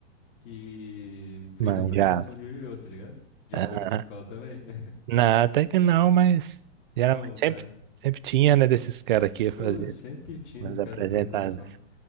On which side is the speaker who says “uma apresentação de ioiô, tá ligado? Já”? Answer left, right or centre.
Left